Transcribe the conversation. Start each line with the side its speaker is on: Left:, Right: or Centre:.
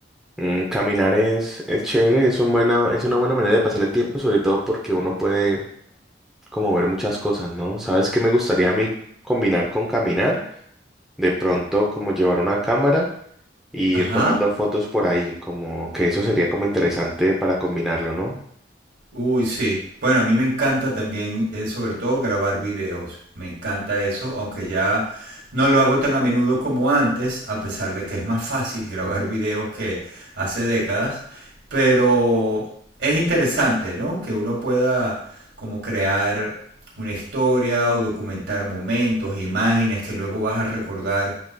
Centre: Mm, caminar es, es chévere, es un buena, es una buena manera de pasar el tiempo, sobre todo porque uno puede como ver muchas cosas, ¿no? ¿Sabes qué me gustaría a mí combinar con caminar? De pronto, como llevar una cámara y
Right: Ajá.
Centre: ir tomando fotos por ahí, como que eso sería como interesante para combinarlo, ¿no?
Right: Uy, sí. Bueno, a mí me encanta también, eh, sobre todo, grabar videos. Me encanta eso, aunque ya no lo hago tan a menudo como antes, a pesar de que es más fácil grabar videos que hace décadas. Pero es interesante, ¿no? Que uno pueda como crear una historia o documentar momentos, imágenes que luego vas a recordar